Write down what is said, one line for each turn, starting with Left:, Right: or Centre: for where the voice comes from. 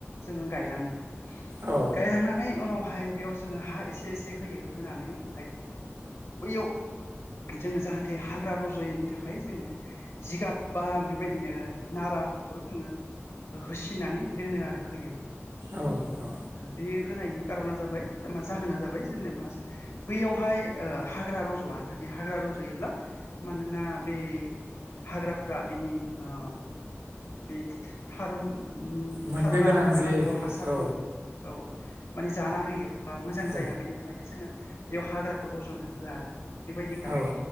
Left: जोङो गायलाङो गायलां
Right: औ
Left: गायलांना नानै उनावहाय बेयाव जोङो हा एसे-एसे होयो होनानै ओमफ्राय बैयाव जोङो जाहाथे हाग्रा रज'यैनि थाखाय जोङो जिगाब बा बेबायदिनो नाराफोरखौ जोङो होसिननानै दोनो आरो होयो।
Right: औ-औ
Left: बे होनायनि खारना जाबाय मा जाहोना जाबाय जेनेबा बैयावहाय ओ हाग्रा रज'आ जुदि हाग्रा रज'योब्ला मानोना बे हाग्राफोरा बिनि ओ बे थारुननि
Right: मोननो
Left: थारुना
Right: गोनां
Left: मोनजानांगौ
Right: जे
Left: हासारखौ
Right: औ
Left: औ माने जाना होयो बा मोजां
Right: औ
Left: जाया बेनि थाखायनो जोङो बेयाव हाग्राखौ रज'नो होआ आरो। बेबायदि गायो
Right: औ